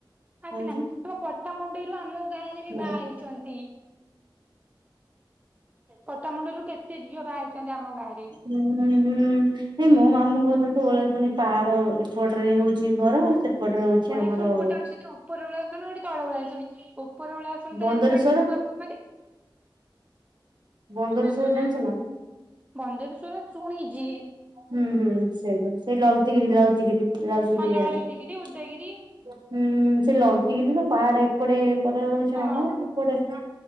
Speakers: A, on the right (about 60°); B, on the right (about 15°).
A: କହିଛି
B: ଆସିନା। ତମ ପଟ୍ଟାମୁଣ୍ଡେଇରୁ ଆମ ଗାଁ ରେ ବି
A: ବଡ
B: ବାହା ହେଇଛନ୍ତି। ପଟ୍ଟାମୁଣ୍ଡେଇରୁ କେତେ ଝିଅ ବାହା ହେଇଚନ୍ତି ଆମ ଗାଆଁ ରେ।
A: <unintelligible> ହୁଁ। ହେ ମୋ ମାମୁଁଘର ତ ଓଳାଶୁଣୀ ପାହାଡ଼ ଏପଟରେ ହେଉଚି ଘର ସେ ଏପଟରେ ହଉଚି
B: ଓଳାଶୁଣୀ
A: ଆମର
B: ଗୋଟେ ଅଛନ୍ତି ଉପର ଓଳାଶୁଣୀ ଗୋଟେ ତଳ ଓଳାଶୁଣୀ। ଓପର ଓଳାଶୁଣୀ
A: ବନ୍ଦରେଶ୍ଵର
B: ତ ଜାଣିଥିବ ସେଠୀ ଶୁଖୁଆ ବିକନ୍ତି।
A: ବନ୍ଦରେଶ୍ଵର
B: <unintelligible>
A: ଜାଣିଛ ନା
B: ଶୁଣିଚି।
A: ହୁଁ ହୁଁ ସେଇଟା। ସେଇ ଲଳିତିଗିରି ଲଳିତିଗିରି ଲଳିତିଗିରି
B: ଆଉ ଲଳିତଗିରି
A: ଆଡେ।
B: ଉଦୟଗିରି
A: ହୁଁ ସେ ଲଳିତିଗିରି ପାହାଡ଼ ଏପଟ କରେ ହଉଚି
B: ହଁ
A: ମାମୁଁଘର ସେପଟେ